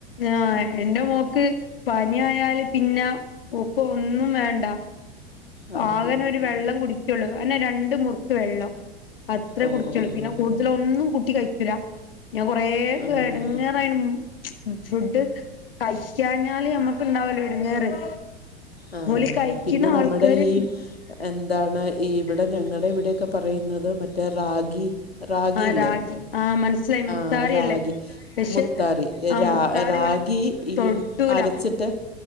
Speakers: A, on the left; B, on the left.
A: ആ എന്റെ മോക്ക് പനി ആയല് പിന്നെ ഒക്കെ ഒന്നും വേണ്ട
B: ആ
A: ആകനെ ഒരു വെള്ളം കുടിക്കുള്ളു അയനെ രണ്ട് മുക്ക് വെള്ളം അത്രേ
B: ഓ
A: കുടിച്ചുള്ളു
B: ഓ ഓ
A: പിന്നെ കൂ അതിലൊന്നും കുട്ടി കഴിക്കൂല ഞാൻ കൊറ
B: ആ
A: എടുങ്ങറായി
B: ആ
A: ഫുഡ് കഴിക്കഴിഞ്ഞാല് മ്മക്കുണ്ടാവല്ലോ എടുങ്ങേറ് ഉം
B: ആ.
A: ഹോളി കായക്കുന്ന
B: പിന്നെ നമ്മുടെ
A: ആൾക്കാര്
B: ഈ എന്താണ് ഇവിടെ ഞങ്ങളുടെ ഇവിടൊക്കെ പറയുന്നത് മറ്റേ റാഗി റാഗി
A: ആഹ്
B: ഇല്ലേ
A: രാഗി ആഹ് മനസ്സിലായി മുത്താറി
B: ആ റാഗി
A: അല്ലേ പക്ഷെ
B: മുത്താറി
A: ആഹ് മുത്താറി
B: റാഗി
A: ഓല്
B: ഈ
A: തൊടൂല
B: അരച്ചിട്ട്